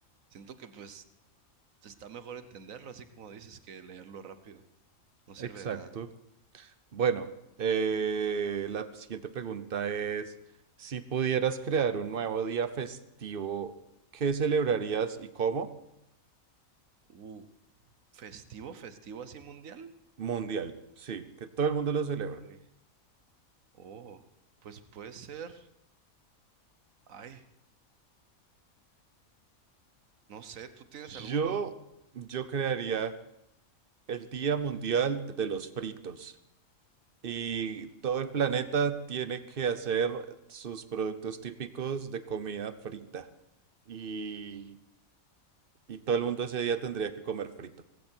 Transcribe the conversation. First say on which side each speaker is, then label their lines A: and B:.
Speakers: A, on the right; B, on the right.
A: siento que pues entonces, está mejor entenderlo, así como dices, que leerlo rápido. No sirve
B: exacto.
A: de nada.
B: Bueno, eh, la siguiente pregunta es, si pudieras crear un nuevo día festivo, ¿qué celebrarías y cómo?
A: Uh, festivo, festivo así mundial.
B: Mundial, sí, que todo el mundo lo celebra.
A: Uy, oh, pues puede ser. Ay, no sé, ¿tú tienes
B: Yo,
A: alguno?
B: yo crearía... el Día Mundial de los Fritos. Y todo el planeta
A: Ahorita.
B: tiene que hacer sus productos típicos de comida frita. Y, y todo el mundo ese día tendría que comer frito.